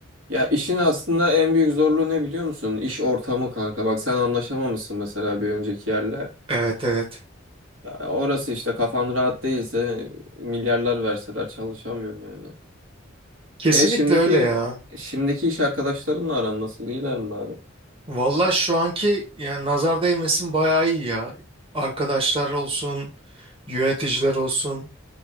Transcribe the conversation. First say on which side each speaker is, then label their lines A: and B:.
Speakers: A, on the right; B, on the right.
A: Ya işin aslında en büyük zorluğu ne biliyor musun? İş ortamı kanka. Bak sen anlaşamamışsın mesela bir önceki yerle.
B: Evet, evet.
A: Ya orası işte kafan rahat değilse milyarlar verseler çalışamıyorsun yani.
B: Kesinlikle
A: E şimdiki
B: öyle ya.
A: şimdiki iş arkadaşlarınla aran nasıl? İyiler mi bari?
B: Valla şu anki yani nazar değmesin bayağı iyi ya. Arkadaşlar olsun, yöneticiler olsun.